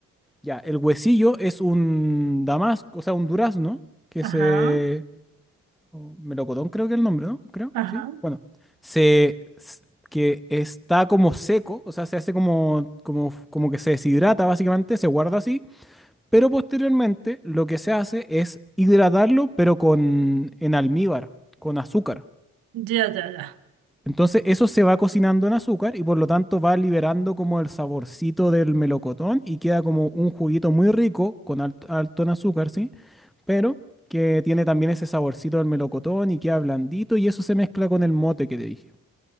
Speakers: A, in the centre; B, on the right (about 80°).
A: Ya, el huesillo es un damasco, o sea, un durazno que
B: Ajá,
A: se o melocotón creo que es el nombre, ¿no? Creo,
B: ajá.
A: sí. Bueno, se, s- que está como seco, o sea, se hace como, como, como que se deshidrata básicamente, se guarda así, pero posteriormente lo que se hace es hidratarlo, pero con, en almíbar, con azúcar.
B: Ya, ya, ya.
A: Entonces eso se va cocinando en azúcar y por lo tanto va liberando como el saborcito del melocotón y queda como un juguito muy rico con alt- alto, en azúcar, ¿sí? Pero que tiene también ese saborcito del melocotón y queda blandito y eso se mezcla con el mote que te dije.